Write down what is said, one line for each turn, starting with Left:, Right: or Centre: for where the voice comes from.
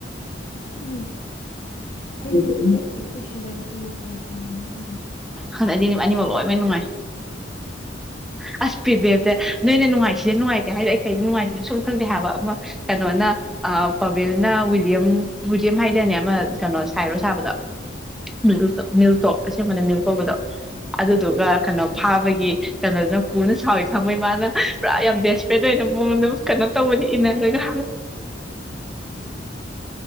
Left: ꯈꯪꯗꯦ ꯑꯩꯗꯤ ꯄꯤꯠꯕꯦꯛ ꯁꯤꯖꯟ ꯇꯨꯗꯤ ꯅꯨꯡꯉꯥꯏꯇꯦ ꯋꯥꯟꯗꯤ ꯅꯨꯡꯉꯥꯏ
Centre: ꯍꯟꯗꯛꯗꯤ ꯑꯅꯤꯃꯛ ꯂꯣꯏꯃꯛ ꯅꯨꯡꯉꯥꯏ ꯑꯁ ꯄꯤꯠꯕꯦꯛꯇ ꯅꯣꯏꯅ ꯅꯨꯡꯉꯥꯏ ꯁꯤꯗ ꯅꯨꯡꯉꯥꯏꯇꯦ ꯍꯥꯏꯕꯣ ꯑꯩ ꯀꯩꯗ ꯅꯨꯡꯉꯥꯏꯇꯦ ꯁꯨꯝ ꯈꯪꯗꯦ ꯍꯥꯏꯕ ꯑꯃ ꯀꯩꯅꯣꯅ ꯄꯥꯕꯦꯜꯅ ꯋꯤꯌꯝ ꯋꯤꯂꯤꯌꯝ ꯍꯥꯏꯗꯅꯦ ꯑꯃ ꯀꯩꯅꯣ ꯁꯥꯏꯔꯣ ꯁꯥꯕꯗꯣ ꯃꯤꯜ ꯃꯤꯜꯇꯣ ꯑꯁꯦꯡꯕꯅ ꯃꯤꯜ ꯇꯧꯕꯗꯣ ꯑꯗꯨꯗꯨꯒ ꯀꯩꯅꯣ ꯐꯥꯕꯒꯤ ꯀꯩꯅꯣꯗꯨ ꯄꯨꯅ ꯁꯥꯎꯋꯤ ꯈꯪꯕꯩ ꯃꯥꯅ ꯄꯨꯔꯥ ꯌꯥꯝ ꯗꯦꯁꯄ꯭ꯔꯦꯠ ꯑꯣꯏꯅ ꯃꯉꯣꯟꯗ ꯀꯩꯅꯣ ꯇꯧꯕꯅꯤ ꯏꯟꯅꯔꯒ